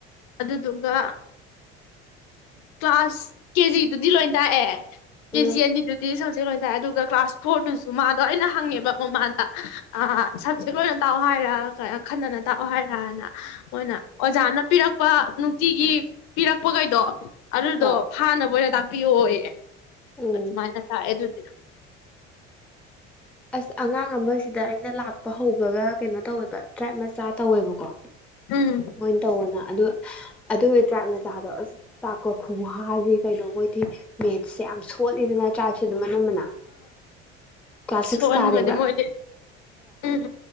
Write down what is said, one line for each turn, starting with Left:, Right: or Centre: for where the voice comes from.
Left: ꯑꯗꯨꯗꯨꯒ ꯀ꯭ꯂꯥꯁ ꯀꯦꯖꯤꯗꯨꯗꯤ ꯂꯣꯏ ꯇꯥꯛꯑꯦ ꯀꯦꯖꯤ
Centre: ꯑꯣ ꯎꯝ
Left: ꯌꯥꯅꯤꯗꯨꯗꯤ ꯁ ꯁꯕꯖꯦꯛ ꯂꯣꯏ ꯇꯥꯛꯑꯦ ꯑꯗꯨꯒ ꯀ꯭ꯂꯥꯁ ꯐꯣꯔꯗꯨꯁꯨ ꯃꯥꯗꯣ ꯑꯩꯅ ꯍꯪꯉꯦꯕ ꯃꯃꯥꯗ ꯁꯞꯖꯦꯛ ꯂꯣꯏꯅ ꯇꯥꯛꯑꯣ ꯍꯥꯏꯔꯥ ꯈꯟꯅꯅ ꯇꯥꯛꯑꯣ ꯍꯥꯏꯔꯅ ꯍꯅ ꯑꯣꯖꯅ ꯄꯤꯔꯛꯄ ꯅꯨꯡꯇꯤꯒꯤ ꯄꯤꯔꯛꯄꯈꯩꯗꯣ ꯑꯗꯨꯗꯣ
Centre: ꯍꯣꯏ
Left: ꯐꯥꯅꯕ ꯑꯣꯏꯅ ꯄ ꯑꯣꯏꯌꯦ
Centre: ꯎꯝ
Left: ꯊꯨꯃꯥꯏꯅ ꯇ ꯌꯦꯗꯨꯗꯔꯣ
Centre: ꯑꯁ ꯑꯉꯥꯡ ꯑꯃꯁꯤꯗ ꯑꯩꯅ ꯂꯥꯛꯄ ꯍꯧꯕꯒ ꯀꯩꯅꯣ ꯇꯧꯋꯦꯕ ꯇ꯭ꯔꯥꯏꯞ ꯃꯆꯥ ꯇꯧꯋꯦꯕꯀꯣ꯫
Left: ꯎꯝ
Centre: ꯌꫭꯏꯅ ꯇꯧꯑꯣꯅ ꯑꯗꯨ ꯑꯗꯨꯒꯤ ꯇ꯭ꯔꯥꯏꯞ꯫ ꯃꯥꯗꫭ ꯑꯥꯁ ꯇꯥꯛꯄ ꯈꯨꯋꯥꯁꯤ꯫ ꯀꯩꯅꯣ ꯃꯣꯏꯗꯤ ꯃꯦꯠ꯫ ꯁꯦ ꯌꯥꯝ ꯁꯣꯠꯂꯤꯗꯅ ꯇ꯭ꯔꯥꯏꯞ꯫ ꯁꯤ ꯑꯗꯨꯝ ꯑꯅꯝꯕꯅ꯫ ꯀ꯭ꯂꯥꯁ
Left: ꯁꯣꯟꯕꯅꯤ
Centre: ꯁꯤꯛꯁ ꯀꯥꯔꯦꯕ
Left: ꯃꯣꯏꯗꯤ ꯎꯝ꯫